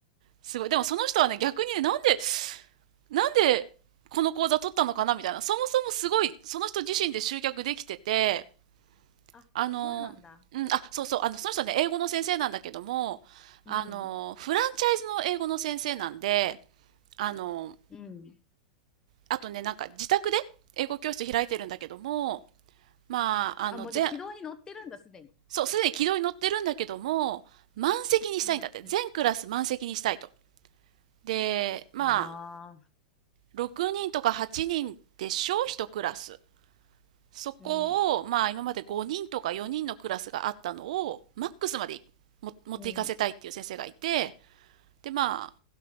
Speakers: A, on the right (about 65°); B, on the left (about 15°).
A: すごい。でもその人はね、逆にね、なんで、なんでこの講座取ったのかなみたいな。そもそもすごい、その人自身で集客できてて、
B: あ、
A: あの、
B: そうなんだ。
A: うん、あ、そうそう、あの、その人ね、英語の先生なんだけども、
B: うん。
A: あの、フランチャイズの英語の先生なんで、あの、
B: うん。
A: あとね、なんか自宅で英語教室開いてるんだけども、まあ、あの、
B: あ、もうじゃあ軌道に乗ってるんだ、
A: 全、
B: すでに。
A: そう、すでに軌道に乗ってるんだけども、満席にしたいんだって。
B: うん。
A: 全クラス満席にしたいと。で、まあ、
B: ああ、
A: 6人とか8人でしょう、1クラス。そこを、
B: うん。
A: まあ今まで5人とか4人のクラスがあったのを、マックスまでも持っていかせたいっていう先生がいて、
B: うん。
A: で、まあ、